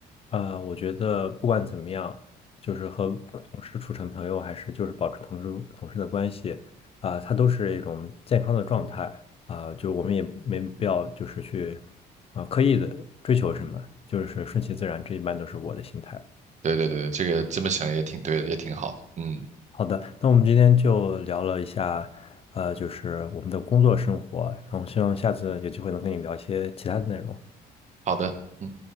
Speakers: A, on the left; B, on the right.
A: 呃，我觉得不管怎么样，就是和同事处成朋友，还是就是保持同事同事的关系，啊、它都是一种健康的状态啊、就我们也没必要就是去啊、刻意的追求什么，就是顺其自然，这一般都是我的心态。
B: 对对对，这个这么想也挺对的，也挺好的，嗯，
A: 好的，那我们今天就聊了一下，呃，就是我们的工作生活，然后希望下次有机会能跟你聊一些其他的内容。
B: 好的。嗯。